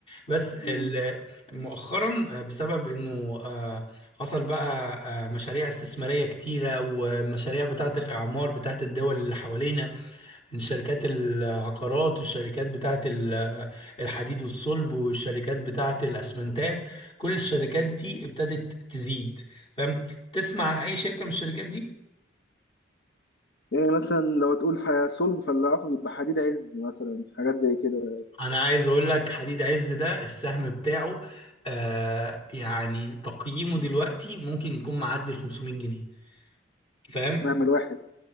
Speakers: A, on the left; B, on the left.
A: بس
B: مم.
A: ال- مؤخرا آه، بسبب انه آه، حصل بقى آه، مشاريع استثمارية كتيرة ومشاريع بتاعة الاعمار بتاعة الدول اللي حوالينا شركات العقارات والشركات بتاعة ال- الحديد والصلب والشركات بتاعة الأسمنتات كل الشركات دي ابتدت تزيد فاهم تسمع عن أي شركة من الشركات دي
B: يعني مثلا لو تقول ح- صلب فاللي هاخد يبقى حديد عز مثلا حاجات زي كده
A: أنا عايز أقول لك حديد عز ده السهم بتاعه آه يعني تقييمه دلوقتي ممكن يكون معدي ال 500 جنيه فاهم
B: سهم الواحد